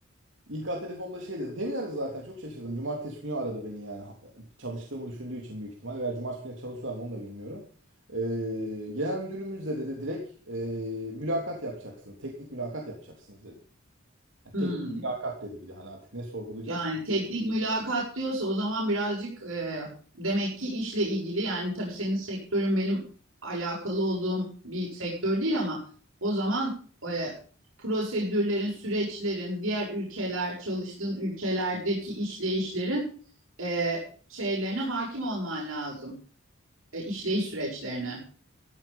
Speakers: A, on the right; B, on the right.
A: İK telefonda şey dedi. Demin aradı zaten çok şaşırdım. Cumartesi günü aradı beni yani. Ha- Çalıştığımı düşündüğü için büyük ihtimalle veya cumartesi günü çalışıyorlar mı onu da bilmiyorum. Ee, genel müdürümüz de dedi direkt e, mülakat yapacaksınız. Teknik mülakat yapacaksınız dedi. Yani
B: Hmm.
A: teknik mülakat dedi bir de hani artık ne sorgulayacaksak.
B: Yani teknik mülakat diyorsa o zaman birazcık e, demek ki işle ilgili yani tabii senin sektörün benim alakalı olduğum bir sektör değil ama o zaman e, prosedürlerin, süreçlerin, diğer ülkeler, çalıştığın ülkelerdeki işleyişlerin e, şeylerine hakim olman lazım. E, işleyiş süreçlerine.